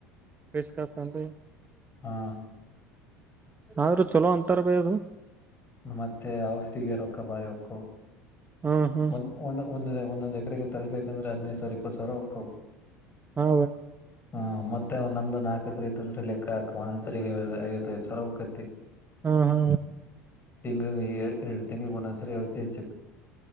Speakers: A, on the right (about 25°); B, on the left (about 30°).
A: ರಿಸ್ಕ್ ಕಥಂತ <unintelligible>
B: ಹಾ
A: ಆದ್ರು ಚಲೋ ಅಂತರ ಆಲ್ ಅದು
B: ಮತ್ತೆ ಔಷಧಿಗೆ ರೊಕ್ಕ ಬಾಲ ಇರತದ
A: ಹ್ಮ್ ಹ್ಮ್
B: ಒಂದ ಒಂದ ಒಂದೊಂದ್ ಎಕರೆಗೆ ತರ್ಸ್ಬೇಕಂದ್ರೆ ಅದಿನೈದು ಸಾವಿರ ಇಪ್ಪತ್ತು ಸಾವಿರ ಓಕತಾವ್
A: ಹಾ
B: ಹ್ಮ್ ಮತ್ತೆ ಅವ್ ನಮ್ದ ನಾಲ್ಕರು ಐತೆ ಅಂದ್ರೆ ಲೆಕ್ಕಾಕಿ ಒನೊಂದು ಸರಿ ಇವತ್ತು ಇವತ್ತು ಸಾವಿರ ಒಕ್ತಾತಿ
A: ಹಾ ಹಾ
B: ತಿಂಗಳಿಗೆ ಎರಡು ತಿಂಗಳ ಒಂದೊಂದ್ಸರಿ ವ್ಯವಸ್ಥೆ ಹೆಚ್ಚ